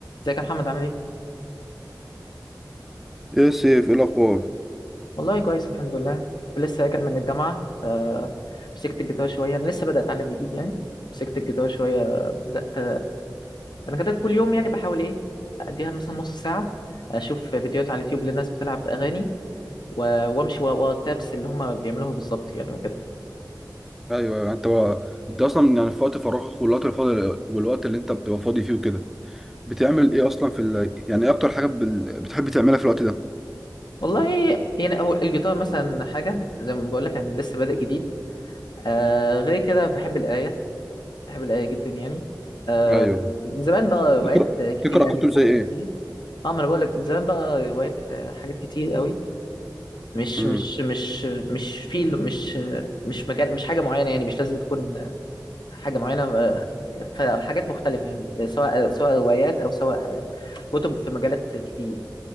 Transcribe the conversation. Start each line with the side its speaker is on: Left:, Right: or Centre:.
Left: ازيك يا محمد عامل ايه؟
Centre: ايه يا سيف ايه الاخبار
Left: والله كويس الحمد لله كنت لسه راجع من الجامعة فمسكت الجيتار شوية أنا لسه بدأت أتعلم جديد يعني مسكت الجيتار شوية بدأت أنا كده كل يوم يعني بحاول إيه أديها مثلا نص ساعة أشوف فيديوهات على اليوتيوب للناس بتلعب أغاني و- وأمشي ورا ورا التابس اللي هما بيعملوها بالظبط يعني وكده
Centre: ايوه ايوه انت بقى... انت اصلا يعني في وقت فراغك والوقت الفاضي والوقت اللي انت بتبقى فاضي فيه وكده بتعمل ايه اصلا في ال... يعني ايه اكتر حاجه بال... بتحب تعملها في الوقت ده
Left: والله يعني هو الجيتار مثلا حاجة زي ما بقول لك أنا لسه بادئ جديد آه غير كده بحب القراية بحب القراية جدا يعني آه
Centre: ايوه
Left: من زمان بقى وقعت
Centre: تقرا
Left: كتير
Centre: تقرا
Left: يعني
Centre: كتب
Left: في
Centre: زي
Left: حاجات
Centre: ايه
Left: كتير اه ما انا بقول لك من زمان بقى وقعت في حاجات كتير قوي مش
Centre: امم
Left: مش مش مش في مش مش مجال مش حاجة معينة يعني مش لازم تكون حاجة معينة آه، فحاجات مختلفة يعني سواء سواء روايات او سواء كتب في مجالات كتير